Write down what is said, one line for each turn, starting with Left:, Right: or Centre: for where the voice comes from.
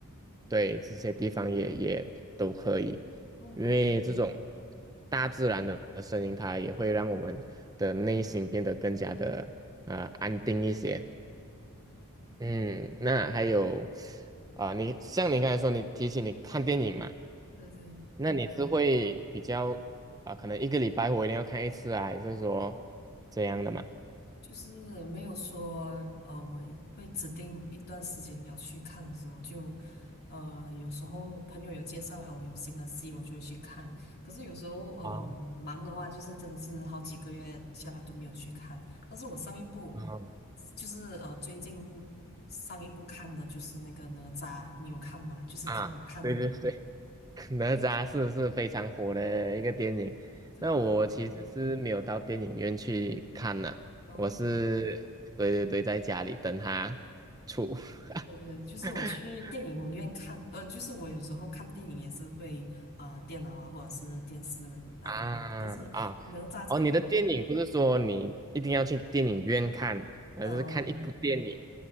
Right: 对，这些地方也也都可以。
Left: 哦，
Right: 因为这种
Left: 海边，
Right: 大自然的声音，它也会让我们的内心变得更加的呃安定一些。嗯，那还有啊、你像你刚才说，你提起你看电影嘛，
Left: 对对。
Right: 那你是会比较啊、可能一个礼拜我一定要看一次啊，还是说这样的嘛？
Left: 就是没有说，呃，我会指定一段时间要去看什么，就，呃，有时候朋友有介绍，哦，有新的戏，我就会去看。可是有时候，呃，
Right: 啊，
Left: 我忙的话，就是真的是好几个月下来都没有去看。但是我上一部，
Right: 啊
Left: 就是呃，最近上一部看的就是那个哪吒，你有看吗？就是挺好看的。
Right: 啊，对对对，<laughs> 哪吒是是非常火的一个电影，
Left: 对，
Right: 那我其实是没有到电影院去看呢、
Left: 然后
Right: 我是对对对，在家里等他出
Left: 对对，就是我去电影院看，
Right: <laughs>
Left: 呃，就是我有时候看电影也是会啊、呃电脑啊或者是电视那边看，
Right: 啊啊
Left: 但是哪吒这个，
Right: 哦，你的电影不是说你一定要去电影院看，而是看一部电影
Left: 呃，